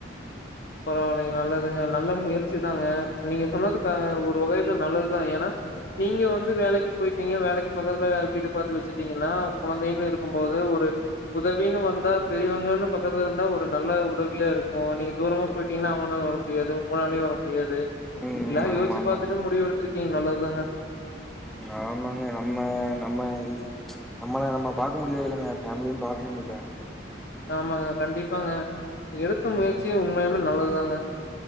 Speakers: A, on the left; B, in the centre.
A: பரவாயில்லைங்க நல்லதுங்க நல்ல முயற்சிதாங்க நீங்க சொன்னதுக்கு ஒரு வகையில நல்லதுதான் ஏன்னா நீங்க வந்து வேலைக்கு போயிட்டீங்க வேலைக்கு பக்கத்துல வீடு பாத்து வச்சுட்டீங்கன்னா குழந்தைன்னு இருக்கும் போது ஒரு உதவின்னு வந்தா பெரியவங்கன்னு பக்கத்துல இருந்தா ஒரு நல்ல உதவியா இருக்கும் நீங்க தூரமா போய்டீங்கன்னா அவங்கனால வர முடியாது உங்களாலே வர முடியாது
B: ம்
A: எல்லாம்
B: ஆமா
A: யோச்சு
B: ஆமாங்க
A: ப பாத்துட்டு முடிவு எடுத்திரு கீங்‌ நல்லதுதாங்க
B: ஆமாங்க நம்ம நம்ம நம்மள நம்ம பாக்க முடியாது இல்லைங்க ஃபேமிலியும் பாக்கணும்ல
A: ஆமாங்க கண்டிப்பாங்க எடுத்த முயற்சியும்
B: ம்
A: உண்மையுமே நல்லதுதாங்க ஆஹ்